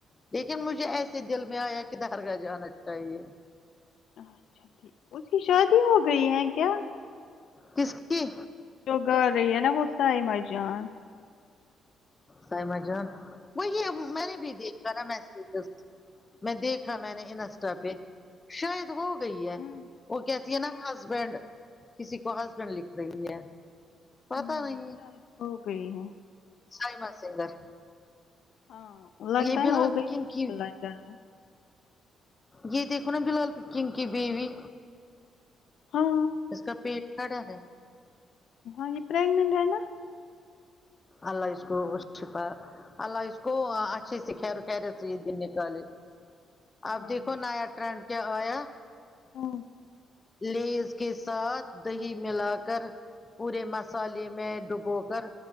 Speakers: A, on the left (about 25°); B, on the left (about 70°).
A: لیکن مجھے ایسے دل میں آیا کہ درگاہ جانا چاہیے
B: اچھا ٹھیک اس کی شادی ہو گئی ہے کیا
A: کس کی
B: جو گھر رہی ہے نا وہ سائمہ جان
A: سائمہ جان وہی میں نے بھی دیکھا نا م میں دیکھا میں نے انسٹا پہ شاید ہو گئی ہے
B: ہوں
A: وہ کہ یہ نہ ہسبینڈ کسی کو ہسبینڈ لکھ رہی ہے پتا
B: ہوں
A: نہیں
B: شاید ہو گئی ہے
A: سائمہ سنگر
B: ہاں لگتا
A: یہ بلا
B: ہے ہو گئی
A: کن
B: ہے
A: کی
B: اللہ جانے
A: یہ دیکھو نا بلال کن کی بیوی
B: ہاں
A: اس کا پیٹ کھڑا ہے
B: ہاں یہ پراگنٹ ہے نا
A: اللہ اس کو شفا اللہ اس کو اچھے سے خیر و خیریت سے یہ دن نکالے اب
B: ہاں
A: دیکھو نیا ٹرینڈ کیا آیا
B: ہمم
A: لیز کے ساتھ دہی ملا کر پورے مسالے میں ڈوبو کر